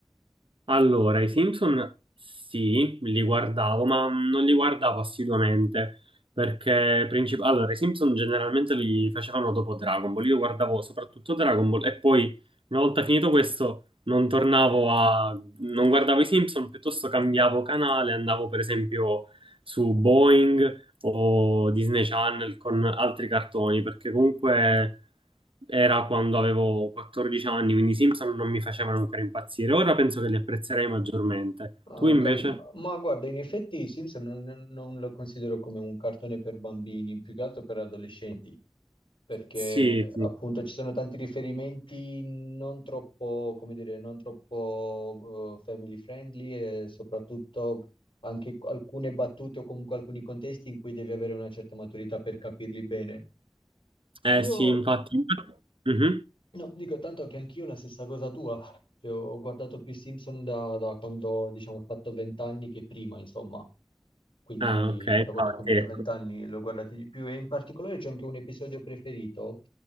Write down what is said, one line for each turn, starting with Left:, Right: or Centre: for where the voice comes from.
Right: Allora, i Simpson sì, li guardavo, ma non li guardavo assiduamente perché princip- allora, i Simpson generalmente li facevano dopo Dragon Ball. Io guardavo soprattutto Dragon Ball e poi una volta finito questo non tornavo a non guardavo i Simpson, piuttosto cambiavo canale, andavo per esempio su Boeing o Disney Channel con altri cartoni, perché comunque era quando avevo 14 anni, quindi i Simpson non mi facevano ancora impazzire. Ora penso che li apprezzerei maggiormente.
Left: Ah,
Right: Tu invece?
Left: ho capito. Ma ma guarda, in effetti i Simpson non, non lo considero come un cartone per bambini, più che altro per adolescenti, perché
Right: Sì, sì.
Left: appunto ci sono tanti riferimenti non troppo, come dire, non troppo eh, family friendly e soprattutto anche alcune battute o comunque alcuni contesti in cui devi avere una certa maturità per capirli bene.
Right: Eh
Left: Io
Right: sì, infatti. Mhm.
Left: No, dico tanto che anch'io la stessa cosa tua, che ho guardato più Simpson da, da quando, diciamo, ho fatto vent'anni che prima, insomma. Quindi
Right: Ah, ok, infatti,
Left: da quando ho compiuto
Right: ecco.
Left: vent'anni l'ho guardato di più e in particolare c'è anche un episodio preferito,